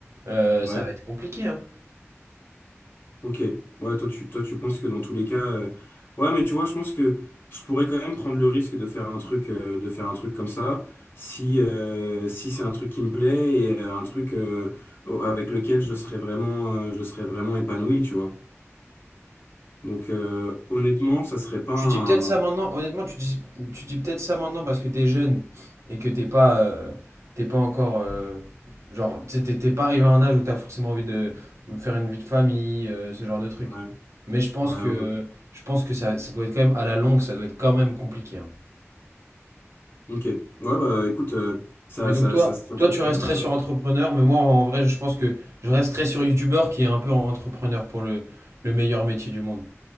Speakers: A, on the right (about 70°); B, on the left (about 40°).
A: euh,
B: ouais.
A: ça va être compliqué, hein.
B: Ok, ouais, toi tu, toi tu penses que dans tous les cas, euh, ouais, mais tu vois, je pense que je pourrais quand même prendre le risque de faire un truc, euh, de faire un truc comme ça, si euh, si c'est un truc qui me plaît et euh, un truc euh, au- avec lequel je serais vraiment, euh, je serais vraiment épanoui, tu vois. Donc euh, honnêtement, ça serait pas
A: Tu
B: un,
A: dis peut-être ça maintenant, honnêtement, tu dis, tu dis peut-être ça maintenant parce que t'es jeune et que t'es pas, euh, t'es pas encore, euh, genre, tu t'es t'es pas arrivé à un âge où t'as forcément envie de faire une vie de famille, euh, ce genre de truc.
B: ouais,
A: Mais je pense
B: ouais,
A: que,
B: ouais.
A: je pense que ça, ça doit être quand même à la longue, ça doit être quand même compliqué. hein.
B: Ok, ouais, bah écoute, euh, ça,
A: Mais donc
B: ça,
A: toi,
B: ça se tient
A: toi
B: très
A: tu
B: clairement,
A: resterais
B: ce
A: sur
B: que tu
A: entrepreneur, mais moi en vrai, je pense que je resterais sur youtubeur qui est un peu entrepreneur pour le, le meilleur métier du monde.